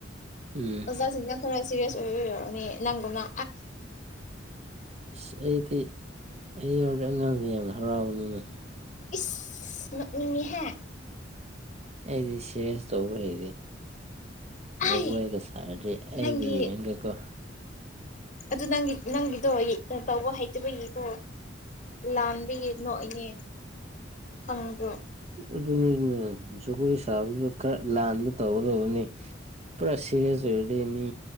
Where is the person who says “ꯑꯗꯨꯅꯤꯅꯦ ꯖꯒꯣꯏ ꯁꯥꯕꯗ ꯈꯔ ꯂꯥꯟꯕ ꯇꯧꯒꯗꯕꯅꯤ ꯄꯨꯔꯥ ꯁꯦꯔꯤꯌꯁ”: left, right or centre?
Right